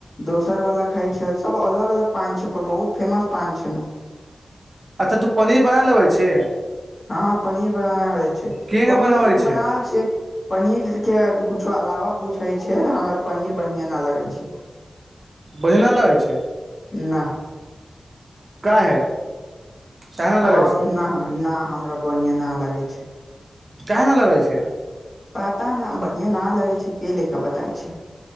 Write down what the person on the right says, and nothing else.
अच्छा तू पनीर बना लेबै छे
किंग
बनाबै
छै
ओहिना लगै छै
काहे कहना
लगै छै
काहेना लगै छै